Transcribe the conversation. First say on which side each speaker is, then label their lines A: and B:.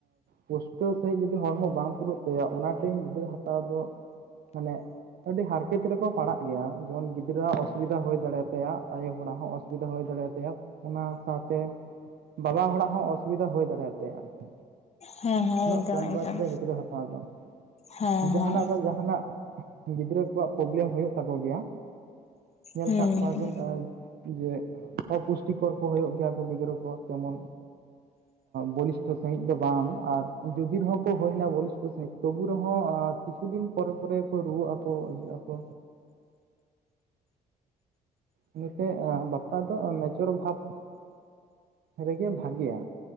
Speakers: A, on the right (about 60°); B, on the left (about 35°).
A: ᱯᱩᱥᱴᱟᱹᱣ ᱥᱟᱺᱦᱤᱡ ᱡᱩᱫᱤ ᱦᱚᱲᱢᱚ ᱵᱟᱝ ᱯᱩᱨᱟᱹᱜ ᱛᱟᱭᱟ᱾ ᱚᱱᱟ ᱼᱼ ᱛᱮᱧ ᱜᱤᱫᱽᱨᱟᱹ ᱦᱟᱛᱟᱣ ᱫᱚ ᱢᱟᱱᱮ ᱼᱼ ᱟᱹᱰᱤ ᱦᱟᱨᱠᱮᱛ ᱨᱮᱠᱚ ᱯᱟᱲᱟᱜ ᱜᱮᱭᱟ ᱡᱮᱢᱚᱱ ᱜᱤᱫᱽᱨᱟᱹᱣᱟᱜ ᱚᱥᱩᱵᱤᱫᱟ ᱦᱩᱭ ᱫᱟᱲᱮᱭᱟ ᱛᱟᱭᱟ ᱟᱭᱳ ᱦᱚᱲᱟᱜ ᱦᱚᱸ ᱚ ᱥᱩᱵᱤᱫᱷᱟ ᱦᱳᱭ ᱫᱟᱲᱮᱭᱛᱟᱭᱟ ᱚᱱᱟ ᱥᱟᱶᱛᱮ ᱵᱟᱵᱟ ᱦᱚᱲᱟᱜ ᱦᱚᱸ ᱚᱥᱵᱤᱫᱟ ᱦᱳᱭ ᱫᱟᱲᱮᱭᱛᱟᱭᱟ ᱟᱨᱠᱤ
B: ᱦᱮᱸ ᱦᱮᱸ
A: ᱩᱱᱟᱹᱜ
B: ᱮᱠᱫᱚᱢ
A: ᱠᱚᱢ
B: ᱮᱠᱫᱚᱢ
A: ᱵᱚᱭᱮᱥ ᱨᱮ ᱜᱤᱫᱽᱨᱟᱹ ᱦᱟᱛᱟᱣ ᱫᱚ
B: ᱦᱮᱸ
A: ᱡᱟᱸᱦᱟᱱᱟᱜ
B: ᱦᱮᱸ
A: ᱵᱟ ᱡᱟᱸᱦᱟᱱᱟᱜ ᱜᱤᱫᱽᱨᱟᱹ ᱠᱚᱣᱟᱜ ᱯᱚᱵᱞᱮᱢ ᱦᱳᱭᱳᱜ ᱛᱟᱠᱚ ᱜᱮᱭᱟ ᱧᱮᱞ
B: ᱦᱩᱸ
A: ᱠᱟᱜ ᱠᱚᱣᱟᱵᱤᱱ ᱟᱨ ᱡᱮ ᱚᱯᱩᱥᱴᱤᱠᱚᱨ ᱠᱚ ᱦᱳᱭᱳᱜ ᱜᱮᱭᱟ ᱠᱚ ᱜᱤᱫᱽᱨᱟᱹ ᱠᱚ ᱛᱮᱢᱚᱱ ᱵᱚᱞᱤᱥ ᱥᱟᱹᱦᱤᱡ ᱫᱚ ᱵᱟᱝ ᱟᱨ ᱡᱩᱫᱤ ᱨᱮᱦᱚᱸ ᱠᱚ ᱦᱳᱭᱱᱟ ᱵᱚᱞᱤᱥᱴᱚ ᱥᱟᱺᱦᱤᱡ ᱛᱚᱵᱩ ᱨᱮᱦᱚᱸ ᱟᱹ ᱠᱤᱪᱷᱩ ᱫᱤᱱ ᱯᱚᱨᱮ ᱯᱚᱨᱮ ᱠᱚ ᱨᱩᱣᱟᱹᱜ ᱟᱠᱚ ᱤᱭᱟᱹᱜ ᱟᱠᱚ ᱚᱱᱟᱛᱮ ᱵᱟᱯᱞᱟ ᱫᱚ ᱢᱮᱪᱚᱨ ᱵᱷᱟᱵ ᱨᱮᱜᱮ ᱵᱷᱟᱜᱮᱭᱟ